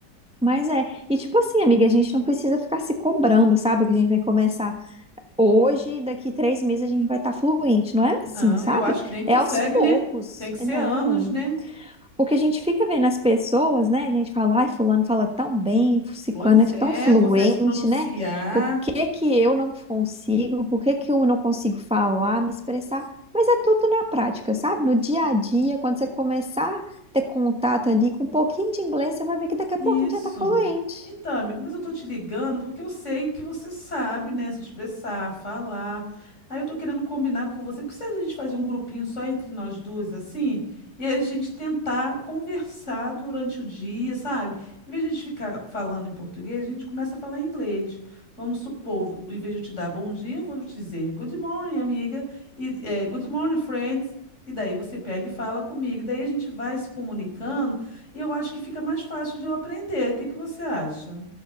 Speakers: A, in the centre; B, on the left.
A: mas é. E tipo assim, amiga, a gente não precisa ficar se cobrando, sabe? Que a gente vai começar hoje, daqui três meses a gente vai estar fluente. Não é
B: Não,
A: assim, sabe?
B: eu acho que nem consegue,
A: É aos poucos.
B: né? Tem que ser
A: Não.
B: anos, né?
A: Porque a gente fica vendo as pessoas, né? A gente fala, ai, fulano fala tão bem, ciclano
B: Pois
A: é tão
B: é,
A: fluente,
B: consegue se pronunciar.
A: né? Por que que eu não consigo? Por que que eu não consigo falar, me expressar? Mas é tudo na prática, sabe? No dia a dia, quando você começar a ter contato ali com um pouquinho de inglês, você vai ver que daqui a
B: Isso.
A: pouco a gente já tá fluente.
B: Então, amiga, mas eu tô te ligando porque eu sei que você sabe, né, se expressar, falar. Aí eu tô querendo combinar com você, que se a gente fazer um grupinho só entre nós duas, assim, e a gente tentar conversar durante o dia, sabe? Em vez de a gente ficar falando em português, a gente começa a falar em inglês. Vamos supor, em vez de eu te dar bom dia, eu vou te dizer good morning, amiga, e eh, good morning, friends. E daí você pega e fala comigo. Daí a gente vai se comunicando e eu acho que fica mais fácil de eu aprender. O que que você acha?